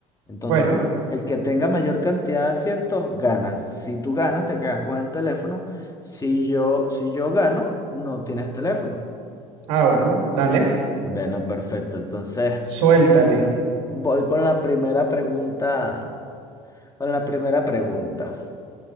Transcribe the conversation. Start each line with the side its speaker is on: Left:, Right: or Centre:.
Left: Entonces,
Right: Bueno,
Left: el que tenga mayor cantidad de aciertos, gana Si tú ganas, te quedas con el teléfono. Si yo, si yo gano, no tienes teléfono.
Right: ah, bueno, dale.
Left: Bueno, perfecto. Entonces,
Right: Suéltale.
Left: voy con la primera pregunta. Con la primera pregunta.